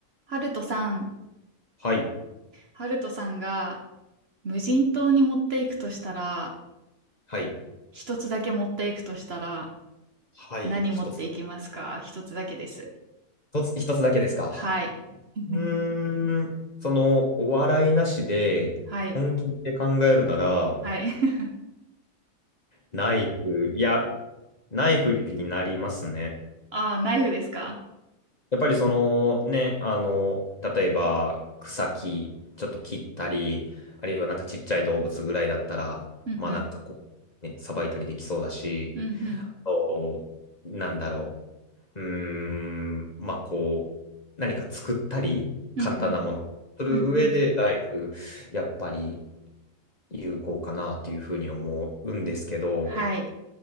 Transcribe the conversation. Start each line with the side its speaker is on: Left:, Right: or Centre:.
Right: ハルトさん、
Left: はい。
Right: ハルトさんが無人島に持っていくとしたら、
Left: はい。
Right: 一つだけ持っていくとしたら、
Left: はい、
Right: 何持っていきますか一つだけです。
Left: 一つ。一つ、一つだけですか。
Right: はい。<laughs>
Left: うーん。その、お笑いなしで、
Right: はい。
Left: 本気で考えるなら、
Right: はい。<laughs>
Left: ナイフ、いや、ナイフになりますね。
Right: ああ、ナイフですか
Left: やっぱりその、ね、あの、例えば、草木、ちょっと切ったり、あるいはなんかちっちゃい動物ぐらいだったら、
Right: うんうん。
Left: まあなんかこう、ね、さばいたりできそうだし、
Right: うんうん。
Left: あと、なんだろううーん、まあこう、何か作ったり、
Right: うんうん。
Left: 簡単なもの、する上で、
Right: うんうん。
Left: ナイフ、やっぱり有効かなというふうに思うんですけど、
Right: はい。